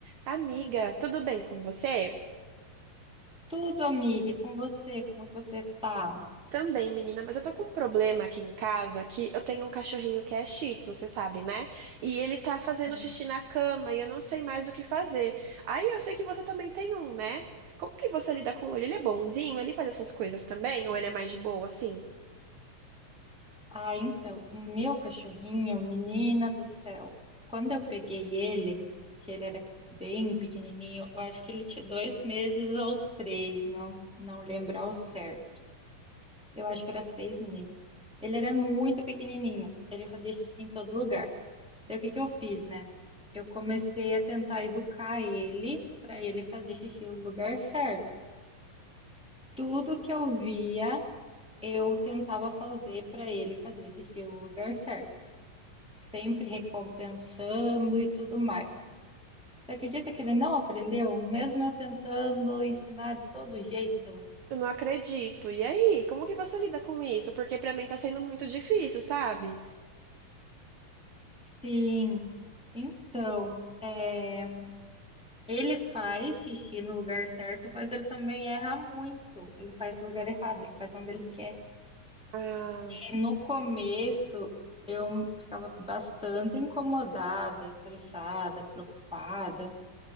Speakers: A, on the right; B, in the centre.
A: Amiga, tudo bem com você?
B: Tudo, amiga, e com você, como que você tá?
A: Também, menina, mas eu tô com um problema aqui em casa, que eu tenho um cachorrinho que é Shih Tzu, você sabe, né? E ele tá fazendo
B: Sim.
A: xixi na cama e eu não sei mais o que fazer. Aí eu sei que você também tem um, né? Como que você lida com ele? Ele é bonzinho? Ele faz essas coisas também? Ou ele é mais de boa, assim?
B: Ah, então, o meu cachorrinho, menina do céu, quando eu peguei ele, que ele era bem pequenininho, eu acho que ele tinha dois meses ou três, não, não lembro ao certo. Eu acho que era três meses. Ele era muito pequenininho, ele fazia xixi em todo lugar. Daí o que que eu fiz, né? Eu comecei a tentar educar ele para ele fazer xixi no lugar certo. Tudo que eu via eu tentava fazer para ele fazer esse estilo lugar certo, sempre recompensando e tudo mais. Você acredita que ele não aprendeu, mesmo eu tentando ensinar de todo jeito?
A: Eu não acredito. E aí, como que você lida com isso? Porque pra mim tá sendo muito difícil, sabe?
B: Sim, então, é, ele faz xixi no lugar certo, mas ele também erra muito. Ele faz no lugar errado, ele faz onde ele quer.
A: Ah.
B: E no começo, eu ficava bastante incomodada, estressada, preocupada.